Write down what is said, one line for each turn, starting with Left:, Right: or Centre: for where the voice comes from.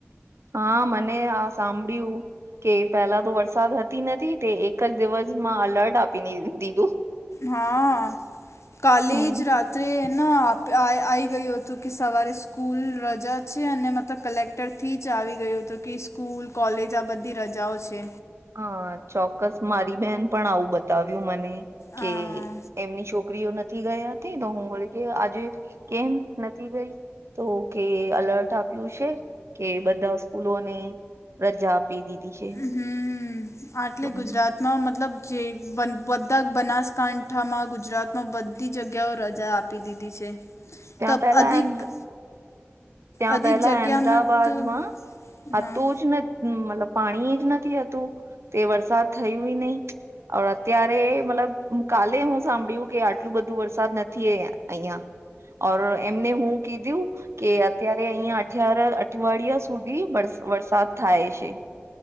Right: હા! મેં આ સાંભળ્યું. કે પેલા તો વરસાદ હતો નહી. તે એક જ દિવસમાં અલર્ટ આપી દીધું.
Left: હા! કાલે
Right: હમ
Left: જ રાત. ના આવી ગયું હતું કે, સવારે સ્કૂલે રજા છે. અને, તો કલેક્ટર થી જ આવી ગયો હતો કે, સ્કૂલ કોલેજ આ બધે રજાઓ છે.
Right: હા! ચોક્કસ મારી બેહેન પણ આવું બતાવ્યું મને. કે
Left: હા
Right: એમની છોકરીઓ નથી... નથી ગયા હતી. તો હું વળી કેહતી કે આજે કેમ નથી ગઈ? તો કહે કે અલર્ટ આપ્યું છે, કે બધા સ્કૂલોને.... રજા આપી દીધી છે.
Left: હમ આટલે
Right: તો ત્યાં
Left: ગુજરાતમાં... માં મતલબ જે બધા બનાસકાંઠામાં, ગુજરાતમાં બધી જગ્યાઓ રજા આપી. આપી દીધી છે
Right: ત્યાં
Left: તબ
Right: પેલા
Left: અધિક
Right: એમ ત્યાં
Left: અધિક
Right: પહેલા
Left: જગ્યામાં
Right: અહેમદાબાદમાં
Left: તો
Right: હતું
Left: હા
Right: જ નથી હમ્મ મતલબ પાણી જ નથીતું તે વરસાદ થયું નહીિ અત્યારે મતલબ કાલે હું સાંભળ્યું કે આટલું બધું વરસાદ નથી એ અહિયાં ઓર એમને હું કીધું કે અત્યારે અહિયાં અઠાર અઠવાડિયા સુધીર વરસાદ થાય છે